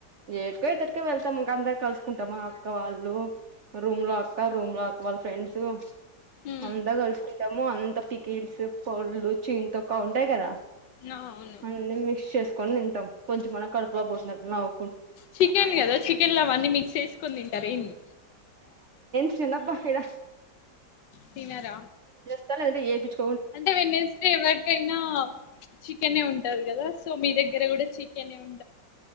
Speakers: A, on the right (about 55°); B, on the left (about 75°).
A: ఎట్ కో ఎయిట్ థర్టీ కో వెళ్తాం ఇంకా అందరు కలుసుకుంటామా అక్క వాళ్ళు రూమ్ లో అక్క రూమ్ లో అక్క వాళ్ళ ఫ్రెండ్స్
B: ఉమ్
A: అంత కలుస్ కుంటము అంత పికిల్స్ పౌడ్రులు చింతొక్కు అవి ఉంటాయి కదా
B: అవును
A: అన్నీ మిక్స్ చేసుకొని తింటాం కొంచెం మన్నా కడుపులో పోతున్నట్లు అవ్
B: చికెన్ కదా చికెన్ లా అవన్నీ మిక్స్ చేసుకొని తిన్ తింటారెంది
A: తినప్ప ఏడ
B: తిన్నార
A: తింటారంటే ఎపిచ్
B: అంటే వెన్నస్ ఎవరికైనా చికెన్ ఏ ఉంటది కదా సో మీ దగ్గర కూడా చికెనే ఉం